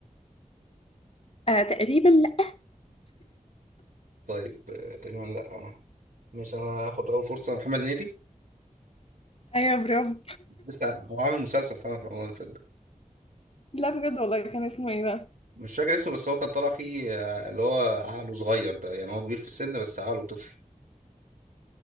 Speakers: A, on the left; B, on the right.
A: آه تقريبا لأ
B: طيب آه تقريبا لا انا مش انا هاخد اول فرصه محمد هنيدي
A: أيوه برافو
B: لسه هو عامل مسلسل فعلا في رمضان اللي فات ده
A: لا بجد والله كان اسمه إيه بقى؟
B: مش فاكر اسمه بس هو كان طالع فيه آه، اللي هو عقله صغير ده يعني هو كبير في السن بس عقله طفل